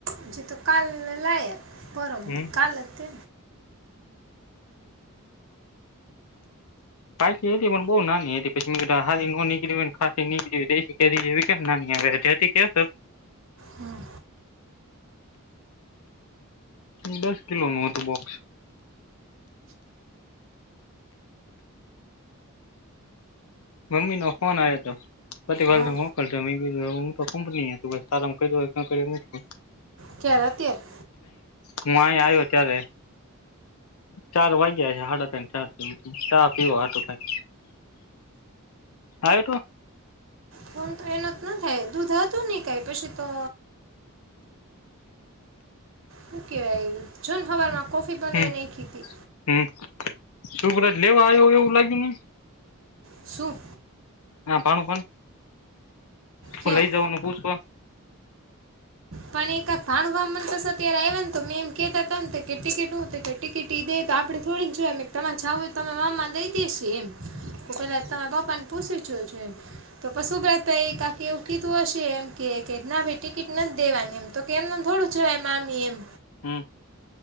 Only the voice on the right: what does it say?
હજી તો કાલ લાયા પરમ
કાલ જ તે.
હમ.
હા
ક્યારે અત્યારે?
ફોન તો એનો જ ન થાય દૂધ હતું ને કાંઈ પછી તો હું કેવાય જોન હવાર માં. કોફી પણ
નવી નખી હતી.
સુ?
ક્યાં
પણ એકા ભાણવા મન કસ ત્યારે આય્વ ને તો મેં એમ કેતા તા ને તે ટિકિટ હું તે કઈ ટિકિટ દે તો આપડે થોડી જ જોયા, મેં ક તમારે જાવું હોય તો તમે મામા દઈ દેશે એમ હ પેલા તમારા પપ્પાને પૂસી જો જો એમ તો પશુ <unintelligible> એક એવું કીધું હશે એમ કે કે ના ભઈ ટિકિટ ન દેવાની એમ તો કે એમનેમ થોડું જવાય મામી એમ